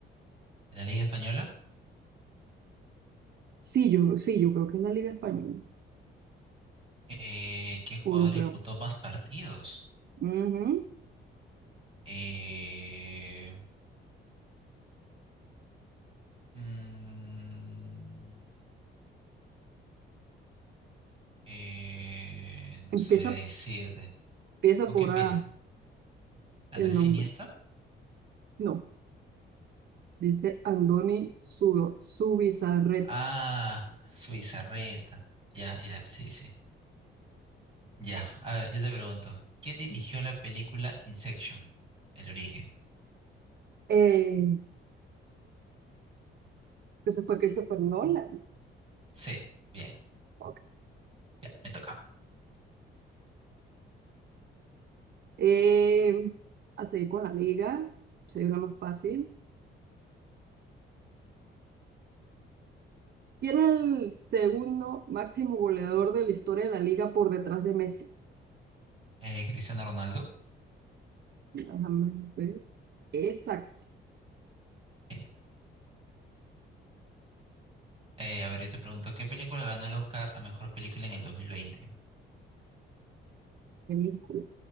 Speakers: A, on the right (about 25°); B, on the right (about 55°).
A: De la Liga Española,
B: Sí, yo, sí, yo creo que es la liga española,
A: eh, ¿qué jugador
B: europeo.
A: disputó más partidos?
B: Ujú.
A: Eh, mm, eh, no
B: Empieza,
A: sabría decirte.
B: empieza
A: ¿Con
B: por
A: qué empieza?
B: A
A: ¿Andrés
B: el nombre.
A: Iniesta?
B: No, dice Andoni Su- Zubizarreta.
A: Ah, Suizarreta. Ya, ya, sí, sí. Ya, a ver, yo te pregunto, ¿quién dirigió la película Inception? El origen.
B: Eh, entonces fue Christopher Nolan.
A: Sí. Bien.
B: Ok.
A: Ya, me toca.
B: Eh, a seguir con la liga, sería una más fácil. ¿Quién es el segundo máximo goleador de la historia de la liga por detrás de Messi?
A: Eh, Cristiano Ronaldo.
B: Déjame ver. Esa
A: Genial. Eh, a ver, yo te pregunto, ¿qué película ganó el Oscar a mejor película en el 2020?
B: película.